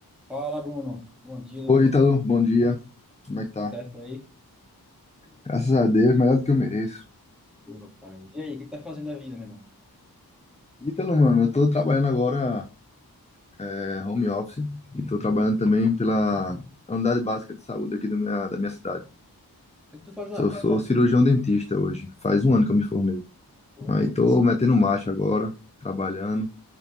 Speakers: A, in the centre; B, on the left (about 15°).
A: Fala, Bruno. Bom dia, doutor.
B: Oi, Ítalo, bom dia. Como é que tá?
A: Certo por aí?
B: Graças a Deus, melhor do que eu mereço.
A: Ô, rapaz. E aí, o que que tá fazendo da vida, meu irmão? O
B: Ítalo, mano, eu tô trabalhando agora é, home office e tô trabalhando também pela unidade básica de saúde aqui da minha, da minha cidade.
A: que que tu faz lá,
B: Eu
A: pô?
B: sou cirurgião dentista hoje, faz um ano que eu me formei.
A: Ô,
B: Aí
A: massa.
B: tô metendo marcha agora, trabalhando,